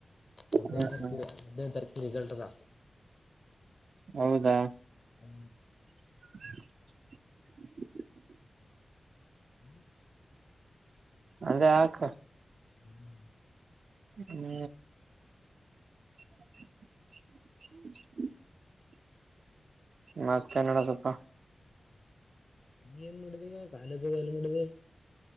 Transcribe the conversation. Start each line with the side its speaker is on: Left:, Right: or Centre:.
Left: ಹದಿನೈ
Right: ಹ್ಮ್
Left: ದ್ ತರಿಕ್
Right: ಹ್ಮ್
Left: ಹದಿನೈದು ತಾರೀಕು ರಿಸಲ್ಟ್ ಅದ.
Right: ಹೌದಾ
Left: ಹ್ಮ
Right: <inaudible>
Left: ಹ್ಮ್
Right: ಅದೆ ಆಕ
Left: ಹ್ಮ್
Right: ಹ್ಮ್ <inaudible> ಮ ಕನ್ನಡ ಸ್ವಪ
Left: ನೀ ಏನ್ ಮಾಡಿದೆ ಈಗ ಕಾಲೇಜಗಲ್ಲಿ ಮಾಡಿದೆ